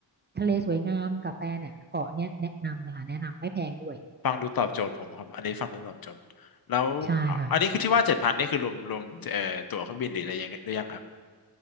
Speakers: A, on the right; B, on the left.
A: ทะเลสวยงามกับแฟนเนี่ยเกาะเนี้ยแนะนำนะคะแนะนำไม่แพงด้วย
B: ฟังดูตอบโจทย์ผมครับอันนี้ฟังดูตอบโจทย์แล้วอะอันนี้คือที่ว่าเจ็ดพันนี่คือรวมรวมเอ่อตั๋วเครื่องบินหรืออะไรยังหรือยังครับ
A: ใช่ค่ะ